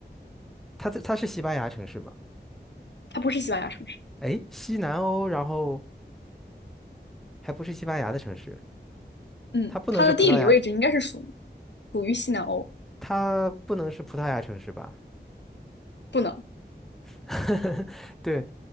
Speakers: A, in the centre; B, on the left (about 75°).
A: 它在它是西班牙城市吗？
B: 它不是西班牙城市。
A: 哎，西南欧，然后还不是西班牙的城市，
B: 嗯，
A: 它不能是葡萄牙，
B: 它的地理位置应该是属属于西南欧，
A: 它不能是葡萄牙城市吧？
B: 不能。
A: <laughs> 对，